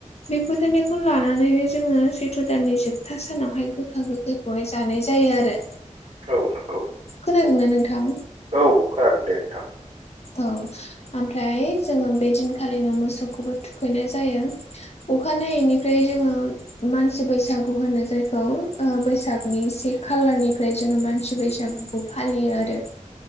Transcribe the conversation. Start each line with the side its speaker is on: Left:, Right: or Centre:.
Left: बे फोथायनायखौ लानानैनो जोङो सैथ्र' दाननि जोबथा सानावहाय गोखा गोखैखौहाय जानाय जायो आरो
Right: औ नंगौ नंगौ
Left: खोनादोंना नोंथां
Right: औ खोनादों दे नोंथां
Left: औ ओमफ्राय जोङो बे दिनखालिनो मोसौखौबो थुखैनाय जायो अखानायैनिफ्राय जोङो मानसि बैसागु होनो जायखौ बैसागनि से खालारनिफ्राय जोङो मानसि बैसागुखौ फालियो आरो